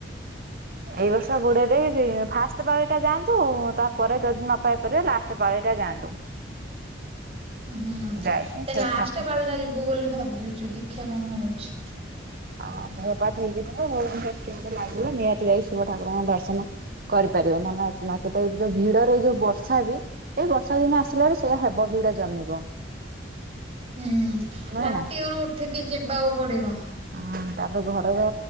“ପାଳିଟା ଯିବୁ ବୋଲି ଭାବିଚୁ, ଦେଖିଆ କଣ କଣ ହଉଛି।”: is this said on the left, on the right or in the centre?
Right